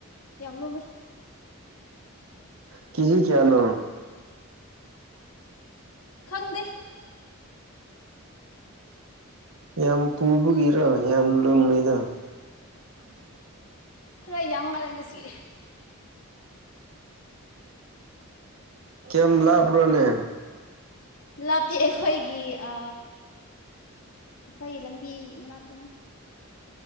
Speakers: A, on the left; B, on the right.
A: ꯌꯥꯝ ꯂꯨꯝꯃꯦ
B: ꯀꯁꯤ ꯀꯌꯥ ꯅ
A: ꯈꯪꯗꯦ
B: ꯌꯥꯝ ꯄꯨꯕꯒꯤꯔꯣ ꯌꯥꯝ ꯂꯨꯝꯃꯤꯗ
A: ꯈꯔ ꯌꯥꯝ ꯃꯥꯜꯂꯦ ꯉꯁꯤ
B: ꯀꯌꯥꯝ ꯂꯥꯛꯄꯔꯅꯦ
A: ꯂꯥꯞꯇꯤ ꯑꯩꯈꯣꯏꯒꯤ ꯑ ꯑꯩꯈꯣꯏ ꯂꯝꯕꯤ ꯃꯅꯥꯛꯇꯅꯤ